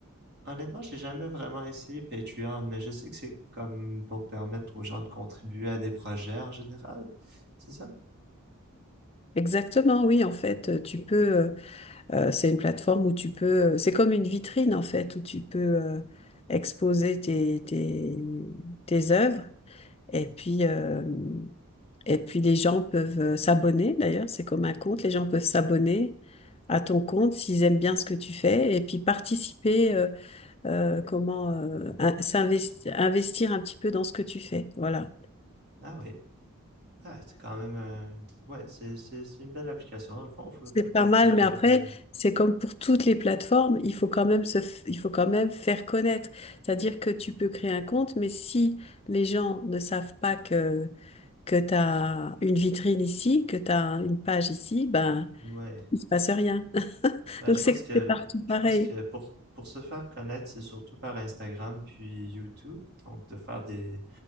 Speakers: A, on the right; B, on the left.
A: honnêtement, j'ai jamais vraiment essayé Patreon, mais je sais que c'est comme pour permettre aux gens de contribuer à des projets en général, c'est ça?
B: Exactement, oui, en fait, tu peux, euh, Euh, c'est une plateforme où tu peux, c'est comme une vitrine en fait, où tu peux euh, exposer tes, tes, tes œuvres et
A: Mhm.
B: puis, euh, et puis les gens peuvent euh, s'abonner d'ailleurs, c'est comme un compte, les gens peuvent s'abonner à ton compte s'ils aiment bien ce que tu fais et puis participer, euh, euh, comment euh, un- s'investi- investir un petit peu dans ce que tu fais. Voilà.
A: Ah oui. Ah, c'est quand même euh, Ouais, c'est c'est- c'est une belle application. Dans le fond, faut-
B: C'est
A: peut-être
B: pas mal,
A: que je
B: mais
A: devrais...
B: après, c'est comme pour toutes les plateformes, il faut quand même se, f- il faut quand même faire connaître. C'est-à-dire que tu peux créer un compte, mais si les gens ne savent pas que, que tu as une vitrine ici, que tu as une page ici, ben,
A: Ouais.
B: il se passe rien. <laughs>
A: Ben,
B: Donc
A: je pense
B: c'est
A: que
B: c'est partout pareil.
A: je pense que pour, pour se faire connaître, c'est surtout par Instagram puis YouTube. Donc, de faire des,